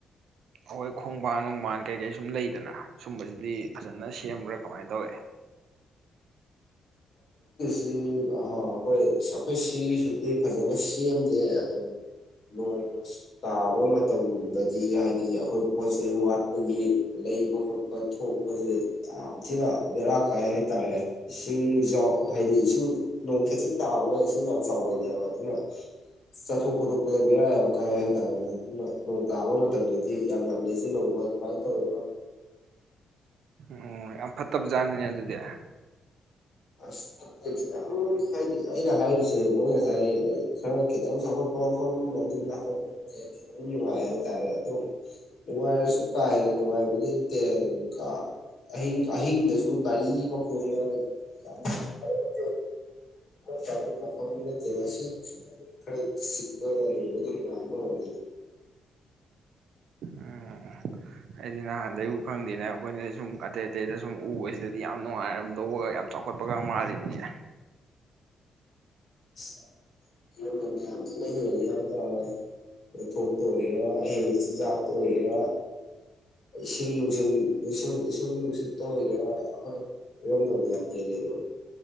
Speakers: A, on the right; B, on the left.
A: ꯑꯩꯈꯣꯏ ꯈꯣꯡꯕꯥꯟ ꯅꯨꯡꯕꯥꯟ ꯀꯩꯀꯩ ꯁꯨꯝ ꯂꯩꯗꯅ ꯁꯨꯝꯕꯁꯤꯗꯤ ꯐꯖꯅ ꯁꯦꯝꯕ꯭ꯔꯥ ꯀꯃꯥꯏꯅ ꯇꯧꯋꯦ
B: ꯁꯤ ꯑ ꯍꯣꯏ ꯑꯩꯈꯣꯏ ꯁꯤꯒꯤꯁꯤꯗꯤ ꯐꯖꯅ ꯁꯦꯝꯗꯦ ꯑꯗꯨꯝ ꯅꯣꯡ ꯇꯥꯕ ꯃꯇꯝꯗꯗꯤ ꯍꯥꯏꯗꯤ ꯑꯩꯈꯣꯏ ꯄꯣꯠ ꯆꯩꯩ ꯋꯥꯠꯄꯒꯤ ꯂꯩꯕ ꯈꯣꯠꯄ ꯊꯣꯛꯄꯁꯦ ꯌꯥꯝ ꯊꯤꯅ ꯕꯦꯔꯥ ꯀꯥꯏ ꯍꯥꯏꯇꯥꯔꯦ ꯏꯁꯤꯡ ꯏꯆꯥꯎ ꯍꯥꯏꯗꯤ ꯏꯁꯤꯡ ꯅꯣꯡ ꯈꯤꯖꯤꯛ ꯇꯥꯕꯒ ꯏꯁꯤꯡ ꯌꯥꯝ ꯆꯥꯎꯒꯜꯂꯦꯕ ꯑꯗꯨꯅ ꯆꯠꯊꯣꯛ ꯈꯣꯊꯣꯛꯄꯗ ꯕꯦꯔꯥ ꯌꯥꯝ ꯀꯥꯏ ꯍꯥꯏꯇꯥꯔꯦ ꯑꯗꯨꯅ ꯅꯣꯡ ꯇꯥꯕ ꯃꯇꯝꯗꯗꯤ ꯌꯥꯝ ꯌꯥꯝ ꯂꯩꯁꯤꯟꯍꯧꯕ ꯑꯗꯨꯃꯥꯏ ꯇꯧꯋꯦ ꯃꯔꯨꯞ
A: ꯑꯣ ꯌꯥꯝ ꯐꯠꯇꯕ ꯖꯥꯠꯅꯤꯅꯦ ꯑꯗꯨꯗꯤ
B: ꯑꯁ ꯑꯩ ꯈꯤꯇꯪ ꯍꯥꯏꯗꯤ ꯑꯩꯅ ꯍꯥꯏꯔꯤꯁꯦ ꯃꯣꯏ ꯉꯁꯥꯏ ꯈꯔ ꯈꯤꯇꯪ ꯆꯥꯎꯈꯠꯄ ꯃꯐꯝ ꯑꯗꯨ ꯅꯀꯟꯗ <unintelligible> ꯈꯤꯇꯪ ꯅꯨꯡꯉꯥꯏ ꯍꯥꯏꯇꯥꯔꯦ ꯑꯗꯨꯝ ꯅꯨꯡꯉꯥꯏꯔꯁꯨ ꯀꯥ ꯍꯦꯟꯅ ꯅꯨꯡꯉꯥꯏꯕꯗꯤ ꯅꯠꯇꯦ ꯑꯗꯨꯝ ꯑꯍꯤꯡ ꯑꯍꯤꯡꯗꯁꯨ ꯒꯥꯔꯤ ꯃꯈꯣꯟꯅ ꯌꯥꯝꯅ ꯑꯗ ꯅꯠꯇꯦ <unintelligible> ꯃꯋꯣꯡ ꯇꯥꯕ ꯂꯝ ꯐꯧ ꯅꯠꯇꯦꯗ ꯁꯤ ꯈꯔ ꯁꯤ ꯈꯔ ꯅꯨꯡꯕꯨꯗꯤ ꯅꯨꯡꯉꯥꯏ ꯑꯃꯔꯣꯝꯗꯗꯤ
A: ꯎꯝ ꯑꯩꯗꯤ ꯅꯍꯥꯟꯗꯩꯕꯨ ꯈꯪꯗꯦꯅꯦ ꯑꯩꯈꯣꯏꯅꯗꯤ ꯁꯨꯝ ꯑꯇꯩ ꯑꯇꯩꯗ ꯁꯨꯝ ꯎꯕꯁꯤꯗꯗꯤ ꯌꯥꯝ ꯅꯨꯡꯉꯥꯏꯔꯝꯗꯧꯕꯒ ꯌꯥꯝ ꯆꯥꯎꯈꯠꯄꯒ ꯃꯥꯜꯂꯤꯅꯤꯅꯦ
B: ꯁ ꯏꯔꯝꯗꯝꯅ ꯌꯥꯝ ꯊꯤꯅ ꯍꯦꯜꯂꯦ ꯍꯥꯏꯇꯥꯔꯦ ꯄꯣꯠꯊꯣꯛꯇ ꯑꯣꯏꯒꯦꯔꯥ ꯍꯦ ꯆꯤꯟꯖꯥꯛꯇ ꯑꯣꯏꯒꯦꯔꯥ ꯏꯁꯤꯡ ꯅꯨꯡꯁꯤꯠ ꯏꯁꯤꯡ ꯅꯨꯡꯁꯤꯠꯇ ꯑꯣꯏꯒꯦꯔꯥ ꯑꯩꯈꯣꯏ ꯏꯔꯝꯗꯝꯅ ꯌꯥꯝ ꯍꯦꯜꯂꯦꯕ